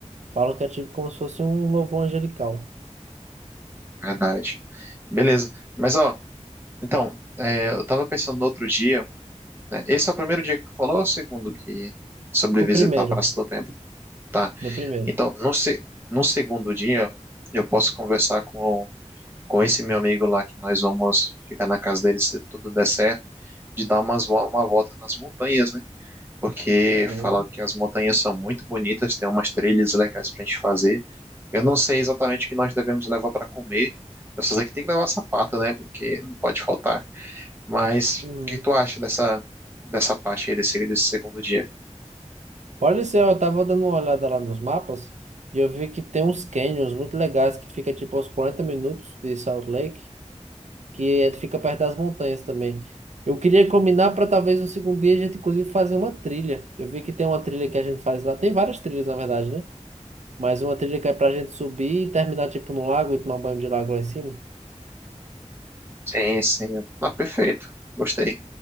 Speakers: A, on the right (about 75°); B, on the right (about 20°).
A: Falam que é tipo como se fosse um louvor angelical.
B: Verdade. Beleza. Mas, ó. Então, é, eu estava pensando no outro dia, né, Esse é o primeiro dia que tu falou ou é o segundo que sobre
A: O
B: visitar
A: primeiro,
B: a Praça do Templo, tá?
A: no primeiro.
B: Então, no, se, no segundo dia, eu posso conversar com, com esse meu amigo lá, que nós vamos ficar na casa dele se tudo der certo, de dar umas, vo- uma volta nas montanhas, né? Porque
A: Uhum,
B: falaram que as montanhas são muito bonitas, tem umas trilhas legais pra gente fazer. Eu não sei exatamente o que nós devemos levar para comer, eu só sei que tem que levar sapato, né? Porque não pode faltar. Mas
A: uhum.
B: o que tu acha dessa, dessa parte aí desse, desse segundo dia?
A: Olha só, eu tava dando uma olhada lá nos mapas e eu vi que tem uns canyons muito legais que fica tipo aos 40 minutos de Salt Lake. que é- fica perto das montanhas também. Eu queria combinar para talvez no segundo dia a gente inclusive fazer uma trilha. Eu vi que tem uma trilha que a gente faz lá, tem várias trilhas na verdade, né? Mas uma trilha que é pra gente subir e terminar tipo no lago e tomar banho de lago lá em cima.
B: Sim, sim. Ah, perfeito. Gostei.